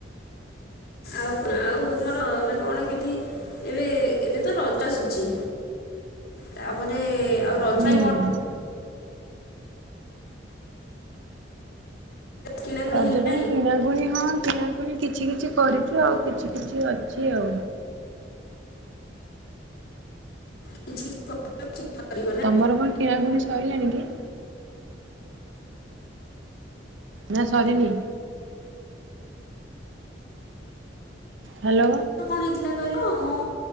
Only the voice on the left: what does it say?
ଆଉ କଣ ଆଉ ତମର ମାନେ କଣ କେମିତି ଏବେ ଏବେ ତ ରଜ ଆସୁଛି। ତାପରେ ଆଉ ରଜ
ପାଇଁ କଣ କିଣାକୁଣି
ହେଲାଣି
କିଛି କିଛି <unintelligible> ନା
କଣ ହେଇଥିଲା କହିଲ ମୋ